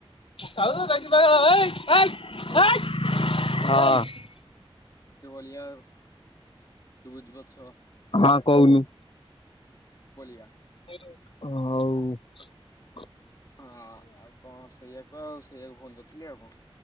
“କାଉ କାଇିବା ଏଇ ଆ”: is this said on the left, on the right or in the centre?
Left